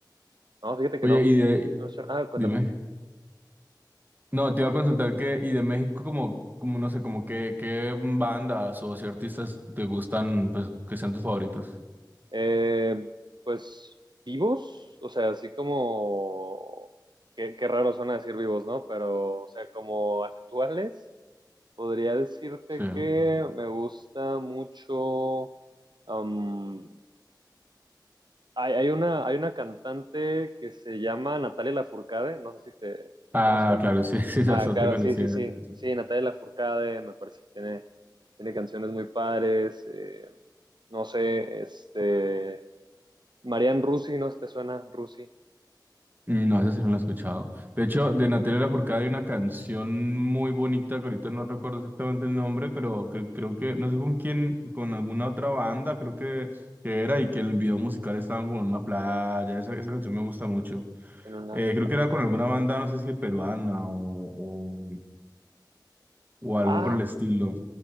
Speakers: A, on the right; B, on the right.
A: No, fíjate que
B: Oye,
A: no,
B: y de,
A: no suena. Ah, cuéntame.
B: dime. No, te iba a consultar que, y de México como, como no sé, como qué, qué bandas o si artistas te gustan, pues, que sean tus favoritos.
A: Eh, pues, vivos, o sea, así como... Qué, qué raro suena decir vivos, ¿no? Pero, o sea, como actuales. Podría decirte
B: Sí.
A: que me gusta mucho. am, hay, hay una, hay una cantante que se llama Natalia Lafourcade, no sé si te
B: Ah,
A: la conozcas.
B: claro, sí, <laughs> sí, bastante
A: Ah, claro,
B: conocida.
A: sí, sí, sí.
B: sí, sí.
A: Sí, Natalia Lafourcade, me parece que tiene, tiene canciones muy padres. eh, no sé, este. Marianne Rusi, no sé si te suena Rusi
B: No, esa sí no la he escuchado. De hecho, de Natalia Lafourcade hay una canción muy bonita que ahorita no recuerdo exactamente el nombre, pero que, creo que, no sé con quién, con alguna otra banda, creo que, que era, y que el video musical estaba como en una playa. Esa, esa canción me gusta mucho.
A: en una.
B: Eh, creo que era con alguna banda, no sé si peruana o, o, o algo
A: Ah,
B: por el estilo.